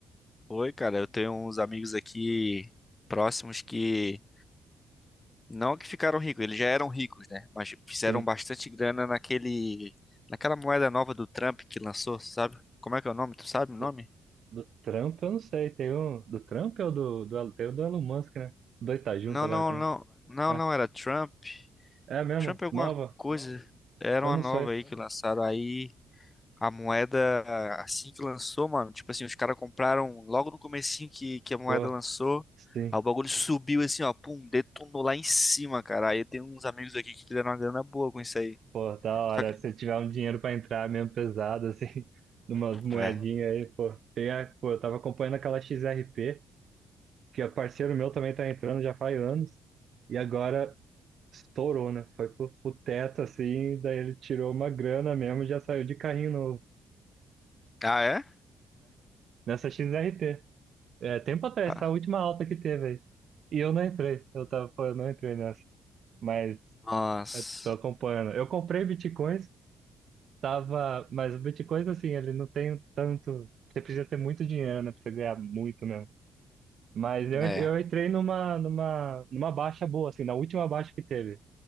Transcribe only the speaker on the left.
foi, cara. Eu tenho uns amigos aqui próximos que não que ficaram ricos, eles já eram ricos, né? Mas fizeram
bastante grana naquele, naquela moeda nova do Trump que lançou, sabe? Como é que é o nome? Tu sabe o
nome?
Não,
não,
não. Não,
não, era Trump.
Trump é alguma
coisa. Era
uma
nova
aí que lançaram aí. A moeda, assim que lançou, mano, tipo assim, os caras compraram logo no comecinho que, que a moeda
lançou,
aí o bagulho subiu assim, ó, pum, detonou lá em cima, cara. Aí tem uns amigos aqui que fizeram uma grana boa com isso aí.
Só que...
É.
Ah, é?
Ah,
nossa.
É.